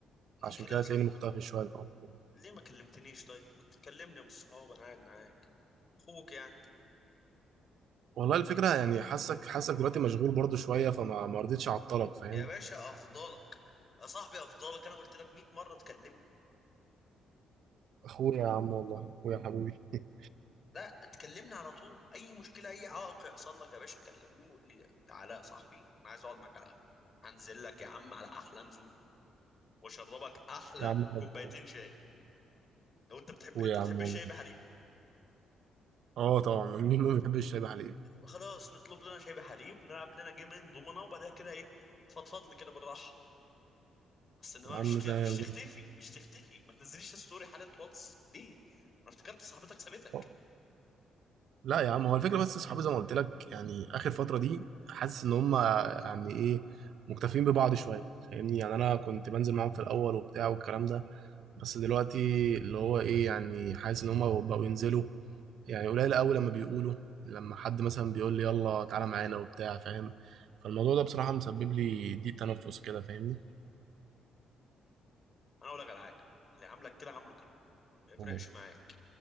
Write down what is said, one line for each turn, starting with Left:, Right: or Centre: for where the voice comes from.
Left: ليه
Right: عشان
Left: كده
Right: كده
Left: يا
Right: هتلاقيني
Left: صاحبي
Right: مختفي شويه الفترة دي.
Left: ليه ما كلمتنيش طيب كنت تكلمني بالصحاب انا قاعد معاك اخوك يعني
Right: والله الفكره يعني حاسك حاسك دلوقتي مشغول برضو شويه فما ما رضيتش اعطلك فاهم
Left: يا باشا افضلك يا صاحبي افضلك انا قلت لك 100 مره تكلمني
Right: اخويا يا عم والله اخويا حبيبي <laughs>
Left: لا تكلمني على طول اي مشكله اي عائق يحصل لك يا باشا كلمني وقول لي تعالى يا صاحبي انا عايز اقعد معاك على القهوه هنزل لك يا عم على احلى نزوله واشربك احلى
Right: يا عم حبيبي.
Left: كوبايتين شاي لو انت بتحب
Right: اخويا
Left: انت
Right: يا
Left: بتحب
Right: عم والله
Left: الشاي بحليب
Right: اه طبعا مين ما بيحبش الشاي بحليب
Left: خلاص نطلب لنا شاي بحليب ونلعب لنا جيمين دومنا وبعدها كده ايه تفضفض لي كده بالراحه بس انما
Right: يا عم
Left: مش ت-
Right: تمام
Left: مش تختفي
Right: زي
Left: مش تختفي ما تنزليش ستوري حاله واتس ليه انا افتكرت صاحبتك سابتك
Right: الفل. لا يا عم هو الفكره بس صحابي زي ما قلت لك يعني اخر فتره دي حاسس ان هم يعني ايه مكتفين ببعض شويه فاهمني يعني انا كنت بنزل معاهم في الاول وبتاع والكلام ده بس دلوقتي اللي هو ايه يعني حاسس ان هم بقوا ينزلوا يعني قليل قوي لما بيقولوا لما حد مثلا بيقول لي يلا تعالى معانا وبتاع فاهم فالموضوع ده بصراحه مسبب لي ضيق تنفس كده فاهمني
Left: انا اقول لك على حاجه اللي عاملك كده عامله كده ما يفرقش
Right: مم.
Left: معاك